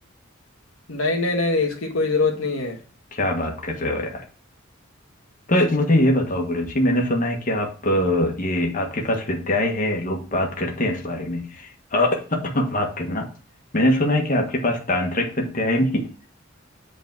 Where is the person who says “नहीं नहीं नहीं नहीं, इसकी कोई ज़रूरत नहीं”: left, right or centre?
Left